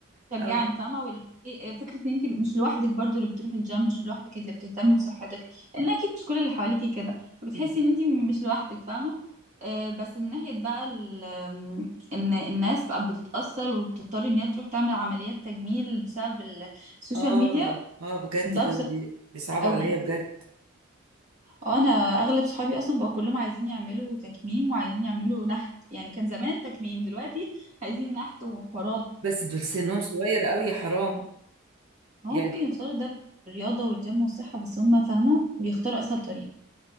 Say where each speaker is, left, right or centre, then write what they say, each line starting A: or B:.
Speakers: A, on the right; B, on the right.
A: شجعني
B: اه
A: فاهمه وال... إيه- إيه فكره ان انت مش لوحدك برضو اللي بتروحي الجيم مش لوحدك اللي بتهتمي بصحتك لان اكيد مش كل اللي حواليكي كده فبتحسي
B: مم.
A: ان انت مش لوحدك فاهمه آه، بس من ناحيه بقى ال... آم، ان الناس بقى بتتاثر وبتضطر ان هي تروح تعمل عمليات تجميل بسبب السوشيال
B: اه
A: ميديا
B: اه بجد
A: ده
B: ده
A: بصراحه
B: بي- بيصعبوا
A: قوي
B: عليا بجد
A: اه انا اغلب صحابي اصلا بقى كلهم عايزين يعملوا تكميم وعايزين يعملوا نحت يعني كان زمان تكميم دلوقتي عايزين نحت وحوارات
B: بس دول سنهم صغير قوي يا حرام
A: هو
B: يعني
A: ممكن يوصلوا ده بالرياضة والجيم والصحة بس هم فاهمة بيختاروا أسهل طريق